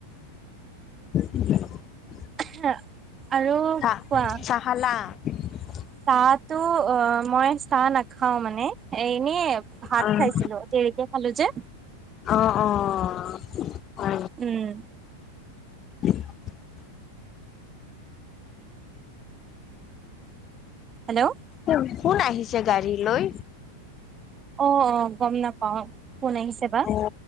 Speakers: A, on the left (about 30°); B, on the right (about 25°).
A: <inaudible>
B: হা আৰু
A: চাহ
B: কোৱা।
A: চাহ <inaudible>
B: চাহটো অ', মই চাহ নাখাও মানে। এ এনেই ভাত
A: অ'
B: খাইছিলোঁ দেৰিকে খালোঁ যে।
A: অ', অ', অ'।
B: উম।
A: <inaudible>
B: হেল্ল'
A: উম। কোন আহিছে গাড়ীলৈ?
B: অ', অ', গম নাপাও, কোন আহিছে বা।
A: অ